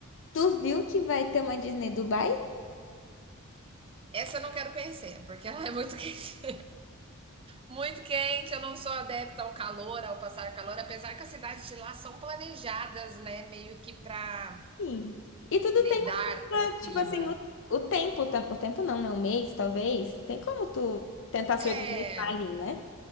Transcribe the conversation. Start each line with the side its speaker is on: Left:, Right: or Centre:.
Left: tu viu que vai ter uma Disney Dubai?
Right: essa eu não quero conhecer, porque ela é muito <laughs> quente. Muito quente, eu não sou adepta ao calor, ao passar calor, apesar que as cidades de lá são planejadas, né, meio que para
Left: Sim. E tudo
Right: lidar
Left: tem um clima,
Right: com o clima.
Left: tipo assim, o, o tempo, tam- o tempo não, né? Um mês, talvez. Tem como tu tentar se
Right: É,
Left: organizar ali, né?